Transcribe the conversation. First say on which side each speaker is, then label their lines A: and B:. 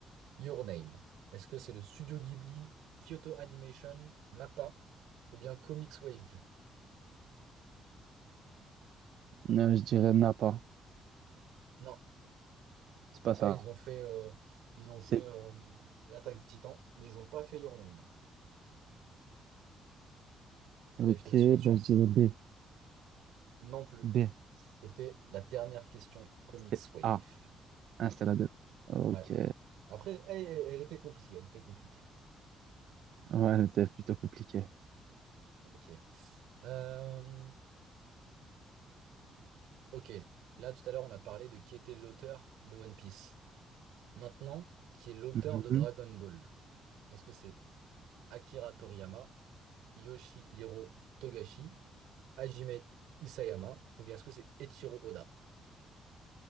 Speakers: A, on the right; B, on the right.
A: Your Name? Est-ce que c'est le studio Ghibli, Kyoto Animation, MAPPA ou bien Comics Wave?
B: Non, je dirais Napa.
A: Non,
B: C'est
A: MAPPA,
B: pas ça.
A: ils ont fait, euh, ils ont
B: C'est,
A: fait euh, l'Attaque des Titans, mais ils n'ont pas fait Your Name.
B: ok,
A: Allez, je te laisse une autre
B: ben,
A: chance.
B: je dirais B.
A: Non plus.
B: B.
A: C'était la dernière question Comics
B: C'était
A: Wave.
B: A. Hein, c'était la 2. Ok.
A: Ouais. Après, elle, elle était compliquée, elle était compliquée.
B: Ouais, c'était plutôt compliqué.
A: Ok. Euh, Ok, là tout à l'heure on a parlé de qui était l'auteur de One Piece. Maintenant, qui est l'auteur
B: Mhm.
A: de Dragon Ball? Est-ce que c'est Akira Toriyama, Yoshihiro Togashi, Hajime Isayama ou bien est-ce que c'est Eiichiro Oda?